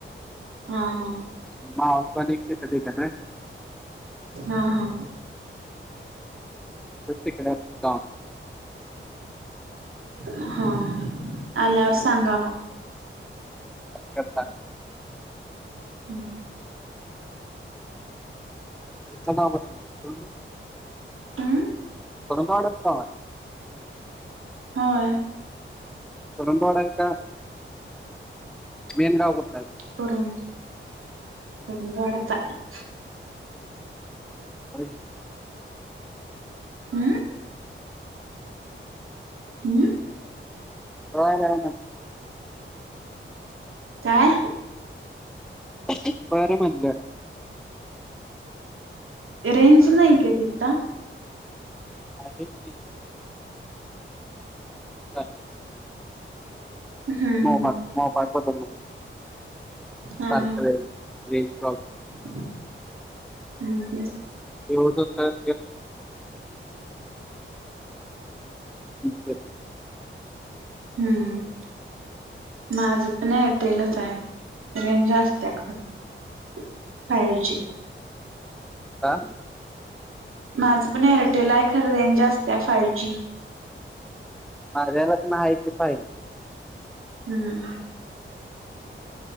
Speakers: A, on the right; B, in the centre.
A: हा
B: <inaudible>
A: हा
B: मावस बहीण एक तिथंच ये.
A: हा हा.
B: तर तिकड <unintelligible>
A: हा हा आल्यावर सांगा मग.
B: काय करता?
A: हम्म.
B: तुमचा गाव <unintelligible>
A: हम्म
B: कुरुंदवाड्याला गाव आहे.
A: हा.
B: कुरूंदवाड्याला <unintelligible> मेन गाव कुठला आहे?
A: कुरुन <inaudible> कुरूंदवाड्यात आहे.
B: <unintelligible>
A: हम्म. हम्.
B: <unintelligible> बर ना.
A: काय?
B: <unintelligible> बर म्हटलं.
A: रेंज नाही काय तिथ?
B: आहे की <unintelligible>
A: हम्म
B: मोबा
A: हम्म
B: मोबा मोबाईल बद्दल <inaudible>
A: हा हा
B: सारखं रेंज प्रॉब्ले
A: <inaudible> हम्म <unintelligible>
B: हे होत होतं <unintelligible>
A: हम्म. माझं पण एअरटेलच आहे रेंज असत्या खरं. <inaudible> फाई जी.
B: <inaudible> आ?
A: माझं पण एअरटेल आहे खरं रेंज असत्या फाइव जी.
B: माझ्याकडे पण आहे की फाईव जी.
A: नाना.